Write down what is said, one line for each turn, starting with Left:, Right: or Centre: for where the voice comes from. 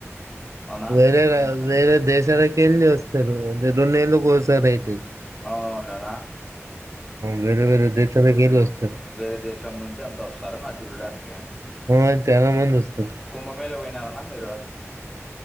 Centre: అన్నా
Right: వేరే రా వేరే దేశాలకెళ్లి వస్తరు, రెండెల్లకోసారీ అయితది.
Centre: అవునవునులే అన్నా.
Right: వేరే వేరే దేశాలకెళ్ళి వస్తరు.
Centre: వేరే దేశం నుంచి అంతా వస్తారా అన్నా చూడడానికి.
Right: ఆ చానా మంది వస్తరు.
Centre: కుంభమేళ పోయినారన్న మీరు?